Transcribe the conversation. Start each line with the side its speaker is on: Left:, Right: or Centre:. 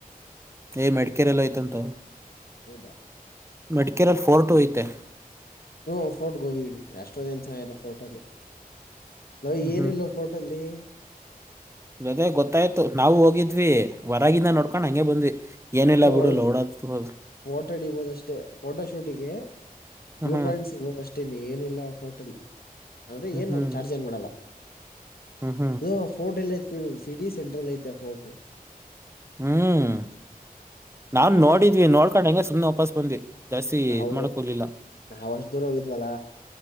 Right: ಏ್ ಮೆಡಿಕೇರೆ ಎಲ್ಲ ಯ್ತಂತ
Left: ಹೌದಾ
Right: ಮೆಡಿಕೇಲ್ಲ್ ಫೋರ್ಟ್ ಐತೆ
Left: ಹ್ಮ ಫೋರ್ಟ್ಗೆ ಹೋಗಿದ್ದೀನಿ ಎಷ್ಟೋಂದೇನ್ ಚೆನ್ನಾಗಿಲ್ಲ ಫೋರ್ಟ ಅಲ್ಲಿ ನಾ್
Right: ಹ್ಮ್
Left: ಏನಿಲ್ಲ ಫೋಟಲ್ಲಿ
Right: ಜೊತೆ ಗೊತ್ತಾಯ್ತು ನಾವು ಹೋಗಿದ್ವಿ ಹೊರಗಂದ ನೋಡ್ಕೊಂಡ್ ಹಂಗಗೆ ಬಂದ್ವಿ ಏನಿಲ್ಲಲ್ಲ
Left: ಇಲ್ಲ
Right: ಬಿಡು
Left: ಒ
Right: ಲೋಡ ಹದ್ರರು
Left: ಫೋಟೋ ಹಿಡಿಬೋದಷ್ಟೇ ಫೋಟೋ ಶೂಟಿಗೆ
Right: ಹ್ಮ್
Left: ವ್ಯೂ
Right: ಹ್ಮ್
Left: ಪಾಯಿಂಟ್ಸ್ ಸಿಗಬೋದಷ್ಟೆ ಅಷ್ಟೇ ಏನುಿಲ್ಲಲ್ಲ ಫೋಟೋಲಿ ಅಂದ್ರೆ ಏನು
Right: ಹ್ಮ್ ಹ್ಮ್
Left: ಚಾರ್ಜ್ ಏನ್ ಮಾಡಲ್ಲ
Right: ಹ್ಮ್ ಹ್ಮ್
Left: ಹೋ ಫೋರ್ಟ್ ಎಲ್ಲ ಐತ್ ಕೇಳು ಸಿಟಿ ಸೆಂಟ್ರಲ್ ಐತೆ ಆ ಫೋರ್ಟ್
Right: ಹ್ಮ್ ನಾನ್ ನೋಡಿದ್ವಿ ನೋಡ್ಕೊಂಡ ಹಂಗೆ ಸುಮ್ನೆ ವಾಪಸ್ ಬಂದ್ವಿ ಜಾಸ್ತಿ
Left: ನಾವು
Right: ಇದ್ ಮಾಡಕ್ ಹೋಗ್ಲಿಲ್ಲ
Left: ನಾವವುಷ್ಟ ದೂರ ಹೋಗಿದ್ವಲ್ಲ